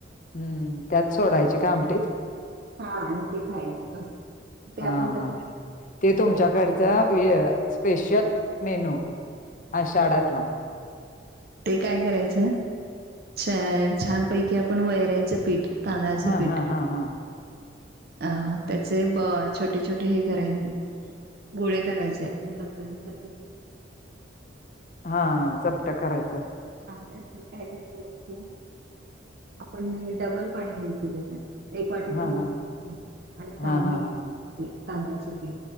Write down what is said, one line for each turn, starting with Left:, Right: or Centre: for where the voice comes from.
Left: हम्म त्यात सोडायची का आमटीत.
Right: हा आणि ते खायचं असं ते
Left: हा
Right: आपण कस.
Left: हा ते तुमच्याकडच स्पेशल मेनू हा आषाढातला.
Right: ते काय करायचं. छ छानपैकी आपण वैरायचं पीठ. तांदळाचं
Left: हा,
Right: पीठ
Left: हा, हा, हा.
Right: अ त्याचे ब छोटे-छोटे हे करायचे, गोळे करायचे. आणि पत्ताश सारख
Left: हा चपटा करायचं.
Right: त्यात काय काय घालायचं आपण डबल पाणी घ्यायचं त्याच्यात. एक वाटीला
Left: हा
Right: दीन
Left: हा
Right: आणि
Left: हा
Right: चांगलं
Left: हा हा
Right: तांदळाच पीठ.